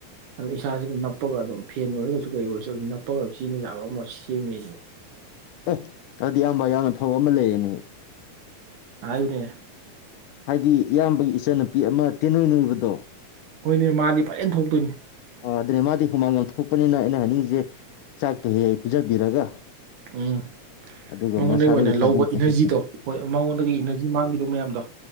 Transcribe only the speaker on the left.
ꯑꯦ ꯑꯗꯨꯗꯤ ꯑꯌꯥꯝꯕ ꯌꯥꯝꯅ ꯐꯕ ꯑꯃ ꯂꯩꯌꯦꯅꯦꯍ
ꯍꯥꯏꯗꯤ ꯏꯌꯥꯝꯕꯒꯤ ꯏꯆꯟꯅꯨꯄꯤ ꯑꯃ ꯇꯦꯅꯣꯏ ꯅꯣꯏꯕꯗꯣ
ꯑ ꯑꯗꯨꯅꯦ ꯃꯥꯗꯤ ꯍꯨꯃꯥꯡ ꯌꯥꯝ ꯊꯣꯛꯣꯛꯄꯅꯤꯅ ꯑꯩꯅ ꯍꯥꯏꯅꯤꯡꯉꯤꯁꯦ ꯆꯥꯛꯇꯣ ꯍꯦꯛ ꯍꯦꯛ ꯄꯤꯖꯕꯤꯔꯒ
ꯑꯗꯨꯒ
ꯃꯁꯥꯗꯒꯤ
ꯊꯥꯗꯣꯛꯄ
ꯈꯣꯠꯄ